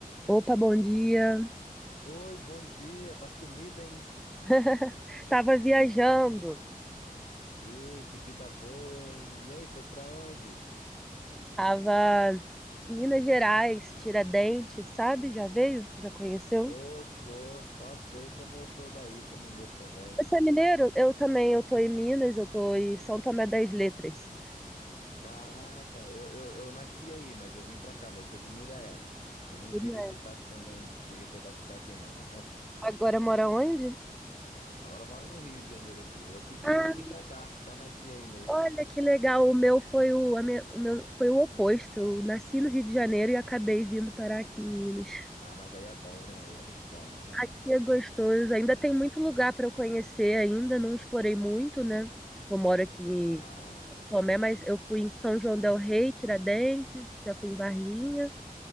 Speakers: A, in the centre; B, on the left.
A: Opa, bom dia.
B: Oi, bom dia, tá sumida, hein?
A: <laughs> Tava viajando,
B: <laughs> Ih, que vida boa, hein? E aí, foi pra onde?
A: tava em Minas Gerais, Tiradentes, sabe? Já veio? Já conheceu?
B: Ô, sou, só sei como eu sou daí, sou mineiro também.
A: Você é mineiro? Eu também, eu tô em Minas, eu tô em São Tomé das Letras.
B: Caraca, eu, eu, eu nasci aí, mas eu vim pra cá, mas eu sou de Muriaé. Eu nem
A: Queria-
B: peguei sotaque também, não cheguei a pegar sotaque não. <laughs>
A: Agora mora onde?
B: Agora eu moro no Rio de Janeiro aqui. Eu pequenininho
A: Ah,
B: vim pra cá, só nasci aí mesmo.
A: olha que legal. O meu foi o, a minha- o meu foi o oposto. Eu nasci no Rio de Janeiro e acabei vindo parar aqui em Minas.
B: Ah, mas aí é bom, né? Aí é muito bom, né não?
A: Aqui é gostoso. Ainda tem muito lugar para eu conhecer ainda, não explorei muito, né? Eu moro aqui
B: Ah,
A: Tomé, mas eu fui em São João del Rei, Tiradentes, já fui em Varginha